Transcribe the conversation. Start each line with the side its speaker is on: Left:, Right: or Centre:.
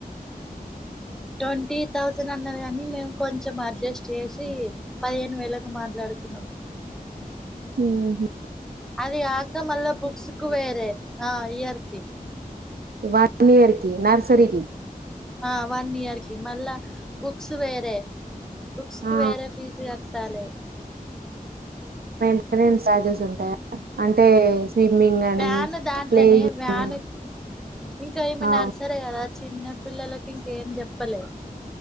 Centre: ట్వంటీ థౌసండ్ అన్నాది కానీ మేము కొంచెం అడ్జస్ట్ చేసి పదిహేను వేలకు మాట్లాడి కున్నం
Right: ఉహూ
Centre: అది కాక మళ్ళ బుక్సుకు వేరే ఆ ఇయర్ లి
Right: వన్ ఇయర్కి నర్సరికి
Centre: ఆ వన్ ఇయర్ కి మళ్ళా బుక్స్ వేరే బుక్స్ కి
Right: ఆ
Centre: వేరే ఫీస్ కట్టలే
Right: మెంటానేన్స్ చార్జెస్ ఉంటాయా అంటే స్విమ్మింగ్ అని
Centre: వ్యాన్ దాంట్లనే
Right: ప్లేయింగ్
Centre: వ్యాన్
Right: అని
Centre: ఇంకా ఈమె
Right: ఆ
Centre: నర్సరే గదా చిన్న పిల్లలకి ఇంక ఏం చెప్పలే